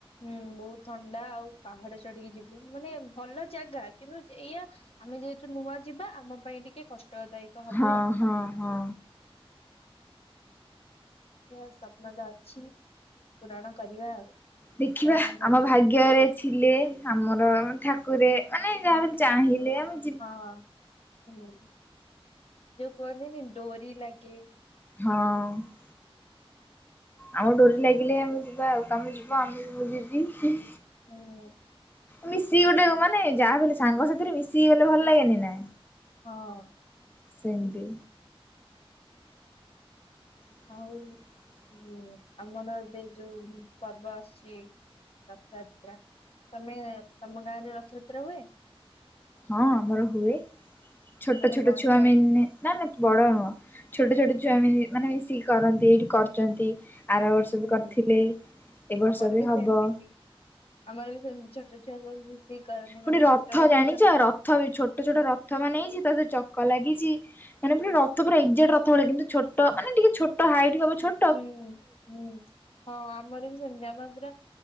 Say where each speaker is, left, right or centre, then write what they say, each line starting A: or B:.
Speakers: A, on the left; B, on the left.
A: ହୁଁ ବହୁତ ଥଣ୍ଡା ଆଉ ପାହାଡ ଚଢିକି ଯିବୁ ମାନେ ଭଲ ଜାଗା କିନ୍ତୁ ଏଇଆ ଆମେ ଯେହେତୁ ନୂଆ ଯିବା ଆମ ପାଇଁ ଟିକେ କଷ୍ଟଦାୟକ। ହବ
B: ହଁ
A: ଆଉ।
B: ହଁ ହଁ।
A: ଦେଖିଆ ସ୍ୱପ୍ନଟା ଅଛି ପୁରଣ କରିବା ଆଉ।
B: ଦେଖିବା
A: ନା କଣ କହୁଛ
B: ଆମ ଭାଗ୍ୟରେ ଥିଲେ ଆମର ଠାକୁରେ ମାନେ ଯାହାବି ହେଲେ ଚାହିଁଲେ ଆମ
A: ହଁ ହୁଁ ଯଉ କୁହନ୍ତିନି ଡୋରି ଲଗେ
B: ହଁ। ଆମ ଡୋରି ଲାଗିଲେ ଆମେ ଯିବା ଆଉ ତମେ ଯିବ ଆମେବି ମୁଁ ଜିବି।
A: ହୁଁ।
B: ମିଶିକି ଗୋଟେ ମାନେ ଯାହାବି ହେଲେ ସାଙ୍ଗ ସାଥିରେ ମିଶିକି ଗଲେ ଭଲ ଲାଗେନି ନା?
A: ହଁ।
B: ସେମତି। <inaudible>
A: ଆଉ ହୁଁ ଆମର ଏବେ ଯୋଉ ପର୍ବ ଆସୁଛି ରଥଯାତ୍ରା ତମେ ତମ ଗାଁରେ ରଥଯାତ୍ରା ହୁଏ?
B: ହଁ ଆମର ହୁଏ ଛୋଟ
A: ମାନେ
B: ଛୋଟ
A: ବଡ
B: ଛୁଆ ମିନ ନା ନା ବଡ ନୁହଁ ଛୋଟ ଛୋଟ ଛୁଆ ମାନେ ମିଶିକି କରନ୍ତି ଏଇଠି କରୁଛନ୍ତି। ଆର ବର୍ଷ
A: ହୁଁ
B: ବି କରିଥିଲେ ଏ ବର୍ଷ
A: ଆମର
B: ବି ହବ।
A: ସେମିତି ଆମର ବି ସେମତି ଛୋଟ ଛୁଆ <unintelligible> ସବୁ ମିଶିକି କରନ୍ତି
B: ପୁଣି
A: ମାନେ
B: ରଥ
A: ଛୋଟ ରଥରେ
B: ଜାଣିଛ ରଥ ବି ଛୋଟ ଛୋଟ ରଥ ମାନେ ହେଇଛି ତା ଦେହେରେ ଚକ ଲାଗିଛି। ମାନେପୁରା ରଥ ପୁରା ଏକ୍ଜାକ୍ଟ ରଥ ଭଳିଆ କିନ୍ତୁଛୋଟ ମାନେ ଟିକେ ଛୋଟ ହାଇଟ୍ ହବ ଛୋ
A: ହୁଁ ହୁଁ ହଁ ଆମର ବି ସେମିତି ଆମର ପୁରା